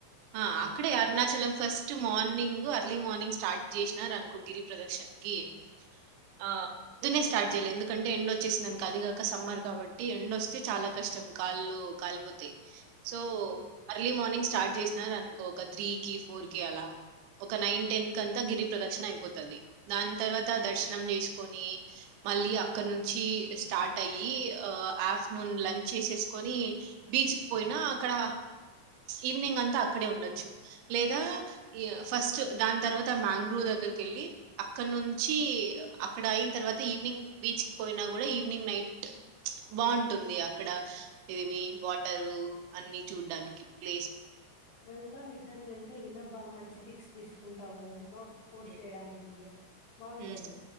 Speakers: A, on the right; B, on the left.
A: ఆ అక్కడే Arunachalam first morning early morning start చేసినారు అనుకో గిరి ప్రదక్షన్ గీ ఆ ద్దున్నే స్టార్ట్ చేయలే ఎందుకంటే ఎండ వచ్చేసింది అనుకో అది కాక సమ్మర్ కాబట్టి ఎండ్ వస్తే చాలా కష్టం కాళ్ళు కాలిపోతయ్. So
B: um
A: early morning start చేసి నదుకో ఒక త్రీ కి ఫోర్ కి అలా ఒక నైన్ టెన్ కి అంతా గిరి ప్రదక్షిణ అయిపోతది, దాని తర్వాత దర్శనం చేసుకొని మళ్ళీ అక్కడ నుంచి స్టార్ట్ అయి వ్ ఆఫ్టర్నూన్ లంచ్ చేసేసుకని బీచ్ పోయినా అక్కడ ఈవినింగ్ అంత. అక్కడే ఉండొచ్చు లేదా ఎ ఫస్ట్ దాని తర్వాత మ్యాంగ్రోవ్ దగ్గరకి వెళ్ళి అక్కడ నుంచి అక్కడ అయిన తర్వాత ఈవినింగ్ బీచ్ కి పోయినా కూడా ఈవినింగ్ నైట్ ప్చ్ బాగుంటుంది అక్కడ ఏమి వాటర్ అన్ని చూడ్డానికి ప్లేస్.
B: వెళ్తాం ఈ సార్ వెళ్తేగిన బాగా మంచి పిక్స్ తీసుకుంటాము బాగ్ పోస్ట్
A: ఉ
B: చేయడానికి బాగుంటది
A: ఉమ్.